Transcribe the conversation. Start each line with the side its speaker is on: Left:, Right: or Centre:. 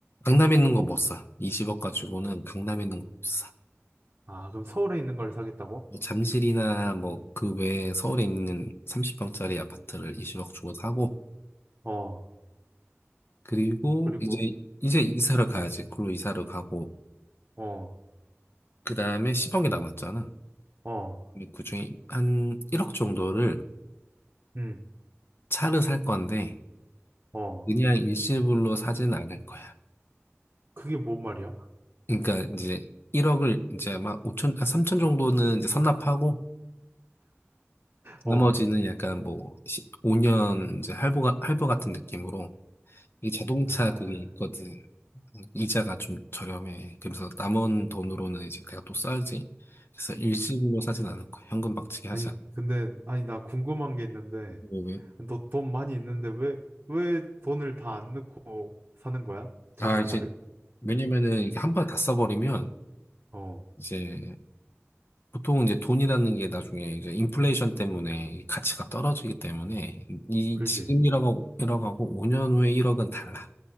Left: 강남에 있는 거 못 사. 20억 가지고는 강남에 있는 거 못 사.
Right: 아, 그럼 서울에 있는 걸 사겠다고?
Left: 뭐 잠실이나 뭐 그 외에 서울에 있는 30평짜리 아파트를 20억 주고 사고
Right: 어,
Left: 그리고
Right: 그리고,
Left: 이제 이제 이사를 가야지. 그걸로 이사를 가고
Right: 어,
Left: 그다음에 10억이 남았잖아.
Right: 어,
Left: 근데 그중에 한 1억 정도를
Right: 음,
Left: 차를 살 건데
Right: 어,
Left: 그냥 일시불로 사진 않을 거야.
Right: 그게 뭔 말이야?
Left: 그러니까 이제 1억을 이제 막 5천, 아, 3천 정도는 이제 선납하고 나머지는
Right: <laughs> 어,
Left: 약간 뭐 5년 이제 할부가 할부 같은 느낌으로 이 자동차
Right: 아,
Left: 그게 있거든. 음, 이자가 좀 저렴해. 그래서 남은 돈으로는 이제 내가 또 써야지. 그래서 일시불로 사진 않을 거야. 현금 박치기 하지
Right: 아니,
Left: 않
Right: 근데, 아니, 나 궁금한 게 있는데,
Left: 왜?
Right: 너 돈 많이 있는데 왜, 왜 돈을 다 안 넣고 사는 거야? 자동차를?
Left: 아, 이제, 왜냐면은 이게 한 번에 다 써버리면
Right: 어,
Left: 이제 보통 이제 돈이라는 게 나중에 이제 인플레이션 때문에 이 가치가 떨어지기 때문에 이
Right: 그지?
Left: 지금 1억 하고 억 하고 5년 후에 1억은 달라.